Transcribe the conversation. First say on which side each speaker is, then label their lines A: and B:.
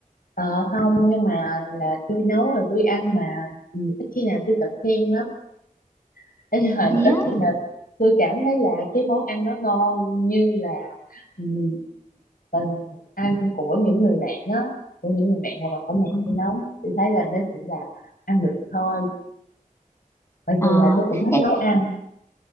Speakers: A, on the left; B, on the left.
A: ờ, không nhưng mà là tôi nấu rồi tôi ăn mà ừ, ít khi nào tôi tự khen lắm <laughs> Thế nhưng mà
B: thế
A: <laughs> ít
B: á
A: khi nào tôi cảm thấy là cái món ăn nó ngon như là ừ, là ăn của những người bạn á của những người bạn hoặc là của mẹ
B: Ừ.
A: tôi nấu tôi thấy là nó chỉ là ăn được thôi mặc
B: ờ
A: dù là tôi cũng thích
B: thế
A: nấu ăn